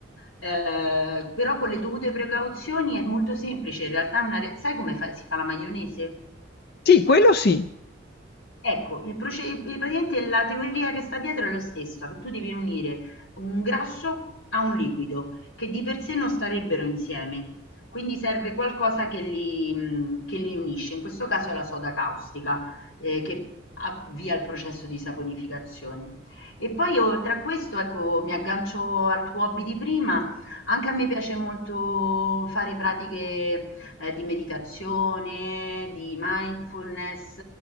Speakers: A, on the left; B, on the left.
A: Ehm, però con le dovute precauzioni è molto semplice, in realtà è una re sai come fa si fa la maionese?
B: Sì, quello sì.
A: Ecco, il proce il- praticamente la teoria che sta dietro è lo stessa, che tu devi unire un grasso a un liquido, che di per sé non starebbero insieme, quindi serve qualcosa che li, mh, che li unisce, in questo caso è la soda caustica, eh, che avvia il processo di saponificazione. E poi oltre a questo, ecco, mi aggancio al tuo hobby di prima, anche a me piace molto fare pratiche eh, di meditazione, di mindfulness,